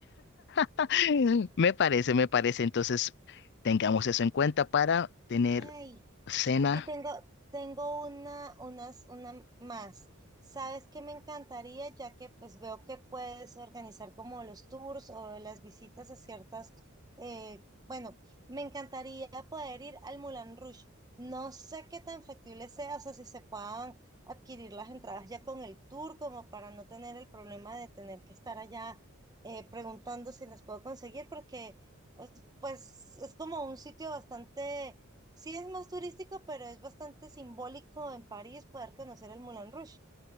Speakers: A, on the left; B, on the right.
A: <laughs> Me parece, me parece. Entonces tengamos eso en cuenta para tener
B: Ay,
A: cena.
B: Y tengo, tengo una, unas, una más. ¿Sabes qué me encantaría? Ya que pues veo que puedes organizar como los tours o las visitas de ciertas, eh, bueno, me encantaría poder ir al Moulin Rouge. No sé qué tan factible sea, o sea, si se puedan adquirir las entradas ya con el tour, como para no tener el problema de tener que estar allá eh, preguntando si las puedo conseguir, porque pues pues, es como un sitio bastante Sí es más turístico, pero es bastante simbólico en París poder conocer el Moulin Rouge.